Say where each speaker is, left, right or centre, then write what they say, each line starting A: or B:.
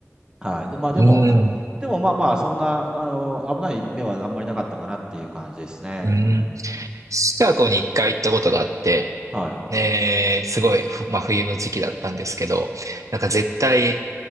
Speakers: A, on the right (about 15°); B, on the right (about 80°).
A: はい。で、まあでも、
B: うん
A: でもまあまあ、そんな、あの、危ない目はあんまりなかったかなっていう感じですね。
B: うん。
A: うん。
B: シカゴに一回行ったことがあって、
A: はい。
B: えー、すごい、ふま冬の時期だったんですけど、なんか絶対、